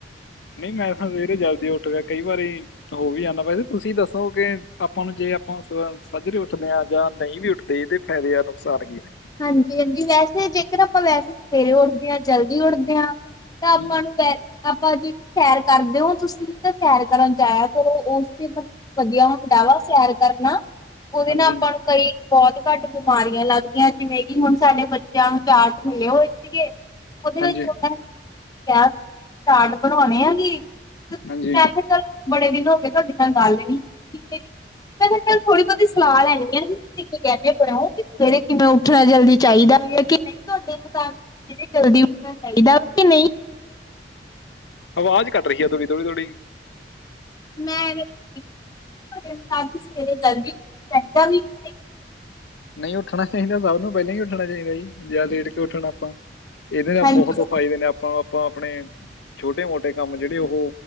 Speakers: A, on the left; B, on the left.
A: ਨਹੀਂ ਮੈਂ ਤਾਂ ਸਵੇਰੇ ਜਲਦੀ ਉੱਠਦਾ ਕਈ ਵਾਰੀ, ਹੋ ਵੀ ਜਾਂਦਾ, ਵੈਸੇ ਤੁਸੀਂ ਦੱਸੋ ਕਿ ਆਪਾਂ ਨੂੰ ਜੇ ਆਪਾਂ ਸੱਜਰੇ ਉੱਠਦੇ ਹਾਂ ਜਾਂ ਨਹੀਂ ਵੀ ਉੱਠਦੇ, ਤੇ ਏਦੇ ਫਾਇਦੇ ਆ ਨੁਕਸਾਨ ਕੀ ਨੇ,
B: ਹਾਂਜੀ -ਹਾਂਜੀ ਵੈਸੇ ਜੇਕਰ ਆਪਾਂ ਵੈਸੇ ਸਵੇਰੇ ਉੱਠਦੇ ਹਾਂ, ਜਲਦੀ ਉੱਠਦੇ ਹਾਂ, ਤਾਂ ਆਪਾਂ
A: ਹੂੰ
B: ਨੂੰ ਵੈ ਆਪਾਂ ਜਿਹੜੀ ਸੈਰ ਕਰਦੇ ਹੋ ਤੁਸੀਂ, ਤਾਂ ਸੈਰ ਕਰਨ ਜਾਇਆ ਕਰੋ ਓਸਦੇ ਪ੍ਰ ਵੱਧੀਆ ਹੁੰਦਾ ਵਾ ਸੈਰ ਕਰਨਾ, ਉਹਦੇ
A: ਹਾਂਜੀ
B: ਨਾਲ ਆਪਾਂ ਨੂੰ ਕਈ ਬਹੁਤ ਘੱਟ ਬਿਮਾਰੀਆਂ ਲੱਗਦੀਆਂ ਨੇ, ਜਿਵੇਂ ਕਿ ਹੁਣ ਸਾਡੇ ਬੱਚੇਆਂ ਨੂੰ ਚਾਟ ਮਿਲੇ ਹੋਏ ਸੀਗੇ, ਓਹਦੇ
A: ਹਾਂਜੀ
B: ਵਿੱਚ ਓਹਨਾ ਨੇ, ਚਾਟ- ਚਾਟ ਬਣਾਉਣੇ ਆ ਜੀ ਮੈਂ
A: ਹਾਂਜੀ
B: ਕੇਆ ਚੱਲ, ਬੜੇ ਦਿਨ ਹੋਗੇ ਤੁਹਾਡੇ ਨਾਲ ਗੱਲ ਨੀ ਹੋਈ ਮੇਰੀ ਮੈਂ ਚ, ਥੋੜੀ ਬੋਤੀ ਸਲਾਹ ਲੈਣੀ ਆ ਜੀ, ਵਿੱਚ ਬੈ ਕੇ ਬਣਾਓ ਕਿ ਸਵੇਰੇ ਕਿਵੇਂ ਓ ਉੱਠਣਾ ਜਲਦੀ ਚਾਹੀਦਾ ਵੀ ਆ ਕੇ ਨਈ, ਤੁਹਾਡੇ ਮੁਤਾਬਿਕ ਜਲਦੀ ਉੱਠਣਾ ਚਾਹੀਦਾ ਵੀ ਕੇ ਨਈ,
A: ਆਵਾਜ਼ ਕੱਟ ਰਈ ਆ ਥੋੜੀ -ਥੋੜੀ ਤੁਹਾਡੀ,
B: ਮੈਂ ਵੇ ਤੁਹਾਡੇ ਮੁਤਾਬਿਕ ਸਵੇਰੇ ਜਲਦੀ ਉਠਕੇ
A: ਨਈ ਉੱਠਣਾ ਚਾਹੀਦਾ ਸਭ ਨੂੰ ਪਹਿਲਾਂ ਹੀ ਉੱਠਣਾ ਚਾਹੀਦਾ ਜੀ, ਜਿਆਦਾ ਲੇਟ ਕਿਓ ਉੱਠਣਾ ਆਪਾਂ, ਏਹਦੇ ਨਾਲ
B: ਹਾਂਜੀ।
A: ਬਹੁਤ ਫਾਇਦੇ ਨੇ ਆਪਾਂ -ਆਪਾਂ ਆਪਣੇ ਛੋਟੇ -ਮੋਟੇ ਕੰਮ ਜਿਹੜੇ ਉਹ